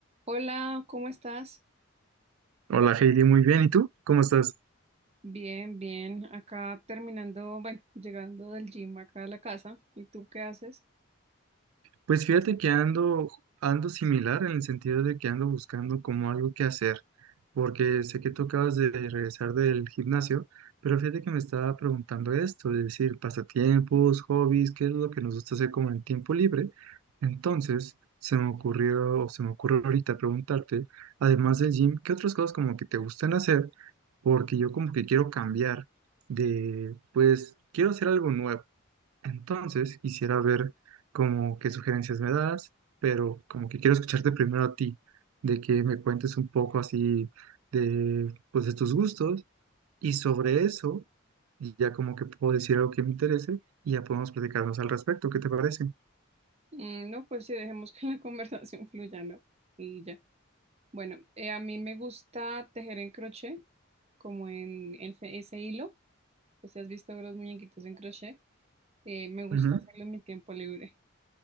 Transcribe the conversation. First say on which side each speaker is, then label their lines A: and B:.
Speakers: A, on the right (about 30°); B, on the right (about 80°).
A: Hola, ¿cómo estás?
B: Hola Heidi, muy bien. ¿Y tú? ¿Cómo estás?
A: Bien, bien. Acá terminando, bueno, llegando del gym acá a la casa. ¿Y tú qué haces?
B: Pues fíjate que ando, ando similar en el sentido de que ando buscando como algo que hacer, porque sé que tú acabas de regresar del gimnasio, pero fíjate que me estaba preguntando esto, es decir, pasatiempos, hobbies, qué es lo que nos gusta hacer como en tiempo libre. Entonces, se me ocurrió, o se me ocurre ahorita preguntarte, además del gym, ¿qué otras cosas como que te gustan hacer? porque yo como que quiero cambiar de, pues, quiero hacer algo nuevo. Entonces, quisiera ver como qué sugerencias me das, pero como que quiero escucharte primero a ti, de que me cuentes un poco así de, pues, de tus gustos y sobre eso, y ya como que puedo decir algo que me interese y ya podemos platicarnos al respecto, ¿qué te parece?
A: Mm, no, pues sí, dejemos que la <laughs> conversación fluya, ¿no? Y ya. Bueno, eh, a mí me gusta tejer en crochet, como en ese, ese hilo. No sé si has visto los muñequitos en crochet. Eh, me gusta
B: Ujú,
A: hacerlo en mi tiempo libre.